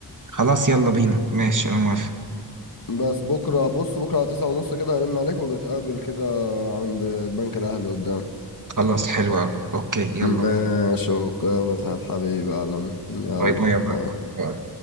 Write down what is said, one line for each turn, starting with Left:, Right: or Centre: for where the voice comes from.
Right: خلاص يلا بينا ماشي انا موافق
Left: بس بكره بص بكره على 9 ونص كده هرن عليك ونتقابل كده عند البنك الاهلي قدام
Right: خلاص حلو قوي اوكي يلا
Left: ماشي اوكي يا مدحت حبيبي يا عالمي يلا
Right: باي باي يا ماركو
Left: باي
Right: باي.